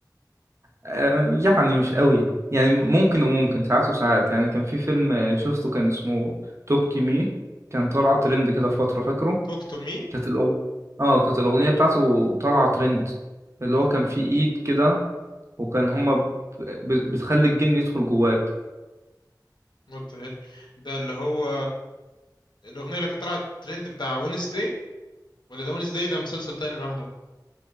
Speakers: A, on the right (about 40°); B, on the left (about 85°).
A: آه يعني مش قوي يعني
B: امم
A: ممكن وممكن ساعات وساعات يعني كان في فيلم آه، شفته كان اسمه توك تو مي كان طالع ترند كده في فترة فاكره
B: توك تو مي
A: كانت الأغ... اه كانت الأغنية بتاعته طالعة ترند اللي هو كان فيه إيد كده وكان
B: امم
A: هما ب... ب- بتخلي الجن يدخل جواك
B: وات ذا هيل ده اللي هو الأغنية اللي كانت طلعت ترند بتاع وينزداي ولا ده وينزداي ده مسلسل تاني لوحده